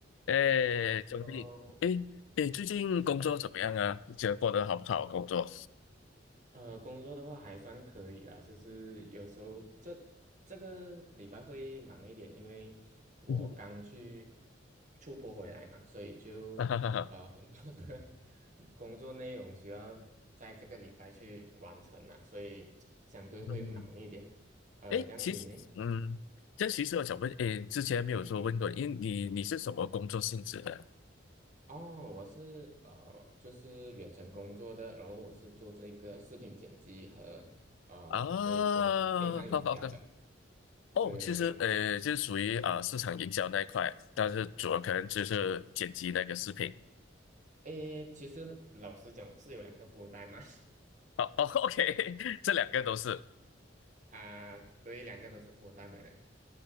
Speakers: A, on the left (about 80°); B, on the right (about 40°).
A: 哎，周丽，
B: 哦，
A: 哎哎，最近工作怎么样啊？你觉得过得好不好？工作？
B: 呃，工作的话还算可以啦，就是有时候这这个礼拜会忙一点，因为我刚去
A: <laughs>
B: 出国回来嘛，所以就呃很多的
A: 哈哈哈哈。
B: <laughs> 工作内容需要在这个礼拜去完成啦，所以相对会忙一点。
A: 嗯，
B: 呃，
A: 哎，
B: 这样你呢？
A: 其实，嗯，这其实我想问，哎，之前没有说问过，
B: 嗯嗯，
A: 因为你你是什么工作性质的
B: 哦，我是呃就是远程工作的，然后我是做这个视频剪辑和呃这个电商营销的。
A: <laughs> 啊？好好的哦，
B: 对对对，
A: 其实，呃，就是属于啊、市场营销那一块，但是主要可能就是剪辑那个视频。
B: 诶，其实老实讲，我是有两个福袋嘛，
A: 哦哦，OK，<laughs> 这两个都是。
B: <laughs> 啊，对，两个都是福袋买的，